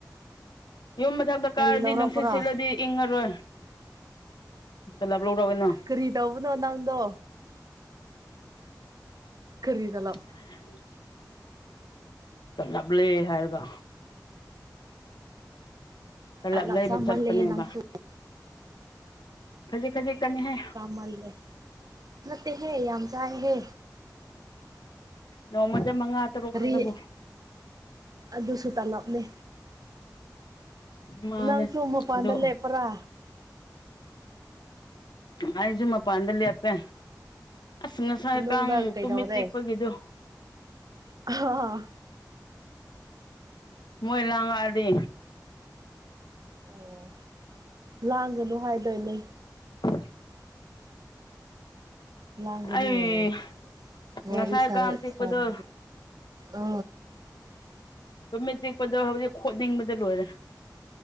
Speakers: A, on the left; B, on the right.
A: ꯌꯨꯝ ꯃ ꯊꯛꯇ
B: ꯀꯔꯤ
A: ꯀꯥꯔꯗꯤ
B: ꯂꯧꯔꯛꯄ꯭ꯔꯣ
A: ꯅꯨꯡꯁꯤꯠ ꯁꯤꯜꯂꯗꯤ ꯏꯪꯉꯔꯣꯏ ꯇꯂꯥꯞ ꯂꯧꯔꯛꯑꯣꯏꯅꯣ
B: ꯀꯔꯤ ꯇꯧꯕꯅꯣ ꯅꯪꯗꯣ ꯀꯔꯤꯗ ꯂꯝꯞ
A: ꯎ ꯆꯂꯥꯞꯂꯦ ꯍꯥꯏꯔꯒ ꯇꯂꯞ
B: ꯑꯂ
A: ꯂꯩꯕ
B: ꯑꯞꯖ
A: ꯆꯠꯄꯅꯦꯕ
B: ꯃꯜꯂꯦꯍꯦ ꯅꯪꯁꯨ
A: ꯈꯖꯤꯛ ꯈꯖꯤꯛꯀꯅꯤꯍꯦ
B: ꯃꯜꯂꯦ ꯅꯠꯇꯦꯍꯦ ꯌꯥꯝ ꯆꯥꯏꯍꯦ
A: ꯅꯣꯡꯃꯗ ꯃꯉꯥ ꯇꯔꯨꯛ
B: ꯑꯔꯤ
A: ꯈꯛꯇꯕꯨ
B: ꯑꯗꯨ ꯑꯗꯨ ꯁꯨ ꯇ ꯂꯞꯅꯦ
A: ꯃꯥꯜꯂꯦ
B: ꯅꯪꯁꯨꯨꯝꯃ ꯐꯥꯟꯗ
A: ꯑꯗꯨ
B: ꯂꯩꯦꯄ꯭ꯔꯥ
A: ꯑꯩꯁꯨ ꯃꯄꯥꯟꯗ ꯂꯦꯞꯄꯦ ꯑꯁ ꯉꯁꯥꯏ
B: ꯃꯅꯨꯡꯗ
A: ꯀꯥꯡ
B: ꯀꯩꯗꯧꯔꯦ
A: ꯇꯨꯃꯤꯠ ꯆꯤꯛꯄꯒꯤꯗꯨꯣ
B: ꯑꯣ
A: ꯃꯣꯏ ꯂꯉꯥꯗꯤ
B: ꯑꯣ ꯂꯥꯡꯒꯅꯨ ꯍꯥꯏꯗꯣꯏꯅꯦ
A: ꯎ
B: ꯂꯒꯟ
A: ꯑꯩ
B: ꯑꯣ ꯋꯥꯔꯤ
A: ꯉꯁꯥꯏ
B: ꯁꯔ
A: ꯀꯥꯡ ꯆꯤꯛꯄꯗꯣ
B: ꯁꯔꯦ ꯑ
A: ꯁꯨꯝꯃꯦ ꯆꯤꯛꯄꯗꯣ ꯍꯧꯖꯤꯛ ꯈꯣꯠꯅꯤꯡꯕꯗ ꯂꯣꯏꯔꯦ